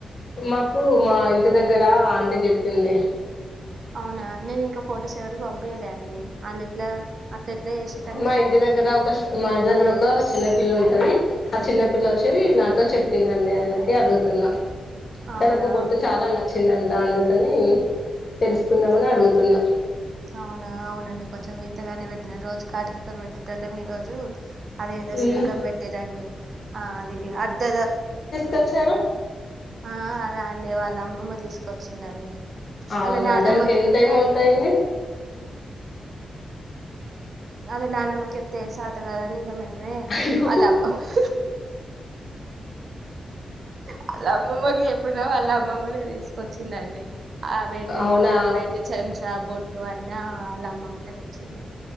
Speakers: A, on the left; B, on the right.
A: మాకు మా ఇంటి దగ్గరా ఆంటీ చెప్పింది
B: అవునా నేను ఇంకా ఫొటోస్ ఎవరికి పంపియలే అండి వాళ్ళు ఎట్లా అట్లా ఎట్లా చేసిరండి
A: మా ఇంటి దగ్గర ఒక మా ఇంటి దగ్గర ఒక చిన్న పిల్ల ఉంటది ఆ చిన్న పిల్ల వచ్చి నాతో చెప్పిందండి అందుకే అడుగుతున్నా
B: అవునా
A: తనకు బొట్టు చాలా నచ్చిందంట అందుకని తెలుసుకుందామని అడుగుతున్నా
B: అవునా అవునండి కొంచెం వింతగానే పెట్టిన రోజు కాటికతో పెట్టేటోల్లం రోజు అదేందో
A: మ్మ్
B: సిల్కమ్ పెట్టేరండి ఆ అది అర్ధ
A: కచ్చారు
B: ఆ అదా అండి వాళ్ళ అమ్మమ్మ తీసుకొచ్చిందండి
A: అవునా
B: వాళ్ళ నానమ్మ
A: దానికి ఎంత
B: చెప్తే
A: అమౌంట్ అయింది
B: అదే నానమ్మ చెప్తే చాతకాదు అని
A: అయ్యో
B: వాళ్ళ అమ్మమ్మ వాళ్ళ అమ్మమ్మకి చెప్పిన వాళ్ళ అమ్మమ్మ నే తీసుకొచ్చిందండి ఆ వెండి
A: అవునా
B: గిన్న వెంటి చెంచా బొట్లు అన్న వాళ్ళ అమ్మమ్మనే తెచ్చింది